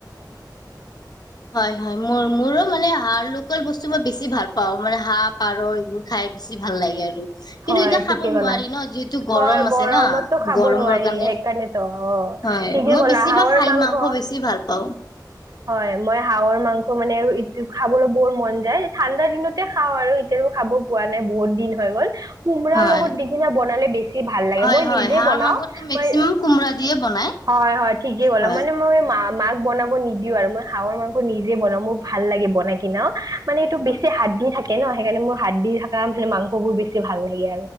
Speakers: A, on the left; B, on the right.
A: হয় হয় মোৰ মোৰো মানে হাঁ লোকেল বস্তু মই বেছি ভাল পাওঁ মানে হাঁহ, পাৰ এইবোৰ খাই বেছি ভাল লাগে আৰু। কিন্তু
B: হয়
A: এতিয়া খাব
B: ঠিকে
A: নোৱাৰি
B: কলা
A: ন যিহেতু গৰম
B: হয়
A: আছে
B: গৰমতটো
A: না
B: খাব
A: গৰমৰ
B: নোৱাৰি
A: কাৰণে
B: সেইকাৰণে ত অ
A: হয়
B: ঠিকে
A: মই
B: কলা
A: বেছিভাগ
B: হাহৰ
A: খাই
B: মাংস
A: বেছি ভাল পাওঁ
B: হয়। মই হাহৰ মাংস মানে খাবলৈ বৰ মন যায় ঠাণ্ডা দিনতে খাওঁ আৰু এতিয়াতো খাব পোৱা নাই বহুত দিন হৈ গ'ল। কোমৰাৰ
A: হয়
B: লগত দি কিনে বনালে বেছি ভাল লাগে।
A: হয়
B: মই
A: হয়
B: নিজে
A: হাঁহৰ
B: বনাও
A: মাংসটো মেক্সিমাম
B: ম
A: কোমোৰা দিয়ে বনাই
B: হয় হয় ঠিকে কলা
A: হয়
B: মানে মই মা মাক বনাব নিদিও আৰু মই হাঁহৰ মাংস নিজে বনাওঁ, মোৰ ভাল লাগে বনাই কিনে অ। মানে এইটো
A: হয়
B: বেছি
A: হয়
B: হাতদি থাকে ন। সেইকাৰণে মোৰা হাত'দি থাকা মংসবোৰ ভাল লাগে